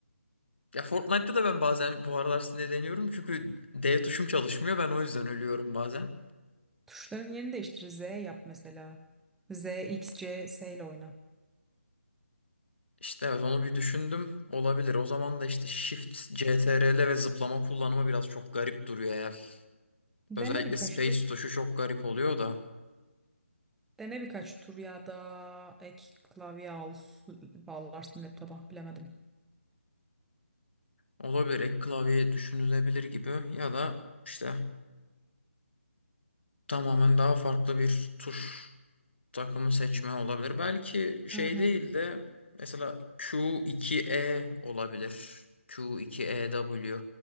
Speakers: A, on the left (about 55°); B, in the centre.
A: Ya Fortnite'da da ben bazen bu aralar sinirleniyorum. Çünkü D tuşum çalışmıyor. Ben o yüzden ölüyorum bazen.
B: Tuşların yerini değiştir. Z yap mesela. Z, X, C, S ile oyna.
A: İşte evet onu bir düşündüm. Olabilir. O zaman da işte Shift, CTRL ve zıplama kullanımı biraz çok garip duruyor eğer.
B: Dene
A: Özellikle
B: birkaç
A: Space
B: tur.
A: tuşu çok garip oluyor da.
B: Dene birkaç tur ya da ek klavye al, bağlarsın laptopa bilemedim.
A: Olabilir ek klavye düşünülebilir gibi ya da işte tamamen daha farklı bir tuş takımı seçme olabilir. Belki şey
B: Aynen.
A: değil de mesela Q2E olabilir. Q2EW